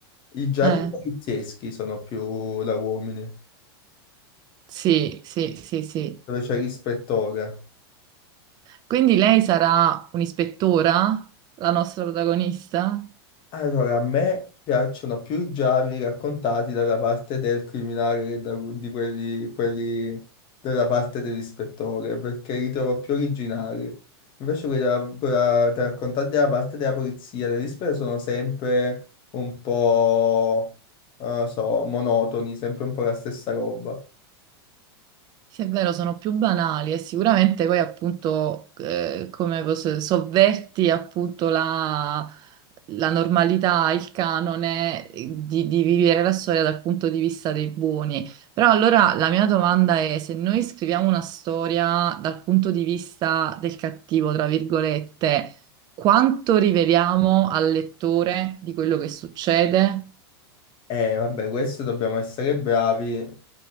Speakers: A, on the left; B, on the right.
A: I gialli
B: Eh,
A: polizieschi sono più da uomini,
B: sì, sì, sì, sì.
A: dove c'è l'ispettore.
B: Quindi lei sarà un'ispettora, la nostra protagonista?
A: Allora, a me piacciono più i gialli raccontati dalla parte del criminale che da- di quelli, quelli della parte dell'ispettore, perché li trovo più originali. Invece quelli della- quella- da raccontati dalla parte della polizia, dell'ispettore, sono sempre un po', non lo so, monotoni, sempre un po' la stessa roba.
B: Sì, è vero, sono più banali e sicuramente poi appunto eh, come posso- sovverti appunto la, la normalità, il canone di, di vivere la storia dal punto di vista dei buoni. Però allora la mia domanda è se noi scriviamo una storia dal punto di vista del cattivo, tra virgolette, quanto riveliamo al lettore di quello che succede?
A: E vabbè, questo dobbiamo essere bravi